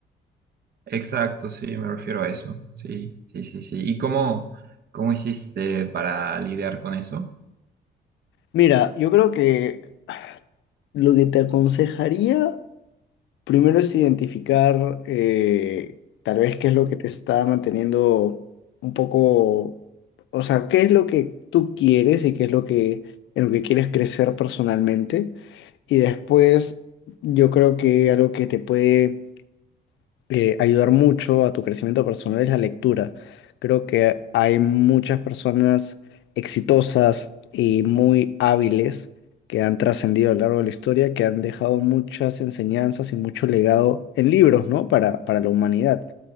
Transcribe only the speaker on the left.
Mira, yo creo que lo que te aconsejaría primero es identificar eh, tal vez qué es lo que te está manteniendo un poco, o sea, qué es lo que tú quieres y qué es lo que, en lo que quieres crecer personalmente. Y después, yo creo que algo que te puede eh, ayudar mucho a tu crecimiento personal es la lectura. Creo que hay muchas personas exitosas y muy hábiles que han trascendido a lo largo de la historia, que han dejado muchas enseñanzas y mucho legado en libros, ¿no? Para, para la humanidad.